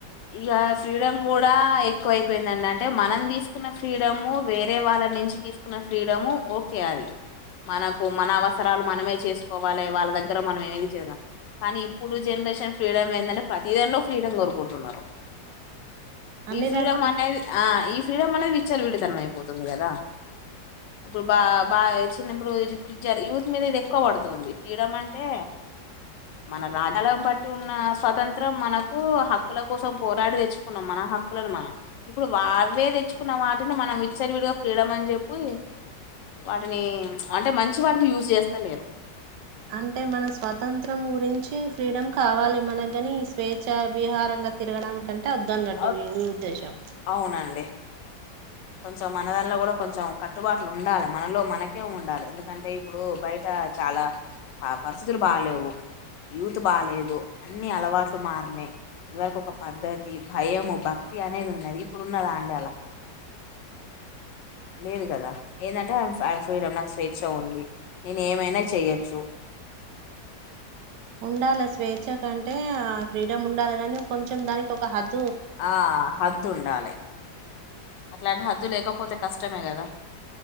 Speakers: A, on the left; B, on the right.
A: ఇగ ఫ్రీడమ్ కూడా ఎక్కువ అయిపోయిందండి. అంటే, మనం తీసు కున్న ఫ్రీడము, వేరే వాళ్ళ నుంచి తీసుకున్న ఫ్రీడము, ఓకే అది. మనకు మన అవసరాలు మనమే చేసుకోవాలి వాళ్ళ దగ్గర మనం ఏమిది చేదల కానీ ఇప్పుడు జనరేషన్ ఫ్రీడమ్ ఏందంటే, ప్రతిదానిలో ఫ్రీడమ్ కోరుకుంటున్నారు.
B: అన్ని
A: ఈ ఫ్రీడమ్
B: రకాల
A: అనేది, ఆ. ఈ ఫ్రీడమ్ అనేది విచ్చాల విడితనం అయిపోతుంది కదా ఇప్పుడు బా బాగా చిన్నప్పుడు ఇప్పుడు జ యూత్ మీద ఇది ఎక్కువ పడుతుంది ఫ్రీడమ్ అంటే మన <unintelligible> బట్టి ఉన్న స్వతంత్రం మనకు హక్కుల కోసం పోరాడి తెచ్చుకున్నాం మన హక్కులను మనం ఇప్పుడు వావే తెచ్చుకున్న వాటిని మనం విచ్చలవిడిగా ఫ్రీడమ్ ఆ అని చెప్పి వాటిని అంటే మంచి వాటికి యూజ్ చేస్తా లేరు
B: అంటే మన స్వాతంత్రం గురించి ఫ్రీడమ్ కావాలి మనగాని స్వేచ్ఛ విహారం తిరగడానికి కంటే వద్దన్నట్టు
A: అవ్
B: ఊ ఉద్దేశం
A: అవునండి కొంచెం మన దానిలో కూడా కొంచెం కట్టుబాట్లు ఉండాలి మనలో మనకే ఉండాలి ఎందుకంటే ఇప్పుడు బయట చాలా ఆ పరిస్థితులు బాగాలేవు యూత్ బాలేదు అన్ని అలవాట్లు మారినై ఇదివరకు ఒక పద్ధతి భయంము భక్తి అనేది ఉన్నది ఇప్పుడు ఉన్నదాండి అలా లేదు కదా ఏందంటే వన్ వాని ఫ్రీడమ్ నాకు స్వేచ్ఛ ఉంది నేను ఏమైనా చెయ్యొచ్చు
B: ఉండాలి స్వేచ్ఛ కంటే ఆ ఫ్రీడమ్ ఉండాలి కానీ కొంచెం దానికి ఒక హద్
A: ఆ హద్దు ఉండాలి అట్లాంటి హద్దు లేకపోతే కష్టమే కదా